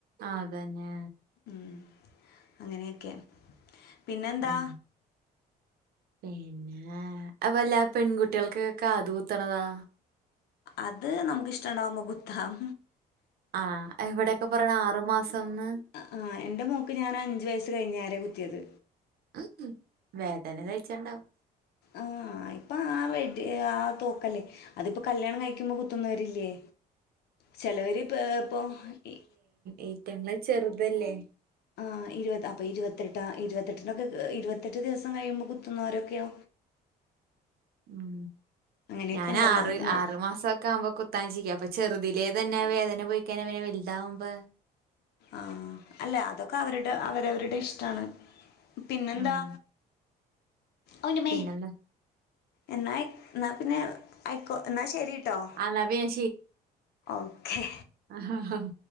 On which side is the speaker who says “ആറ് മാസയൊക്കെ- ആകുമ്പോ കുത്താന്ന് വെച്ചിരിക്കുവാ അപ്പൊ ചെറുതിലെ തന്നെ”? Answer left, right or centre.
Right